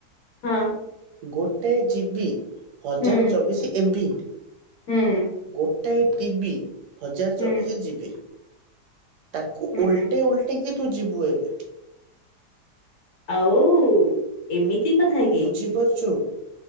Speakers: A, on the left; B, on the right.
A: ହଁ
B: ଗୋଟାଏ ଜିବି ହଜାରେ
A: ହୁଁ
B: ଚବିଶି ଏମ୍ ବିି।
A: ହୁଁ
B: ଗୋଟାଏ ଟିିବି ହଜାର୍
A: ହୁଁ
B: ଚବିଚ୍ ଯିବି। ତାକୁ
A: ହୁଁ
B: ଓଲ୍ଟେଇ ଓଲ୍ଟେଇ କିି ତୁ ଯିବୁ ଏବେ।
A: ଆଉ ଏମିତି ତ ଥାଏ।
B: ବୁଝି ପାରୁଚୁ।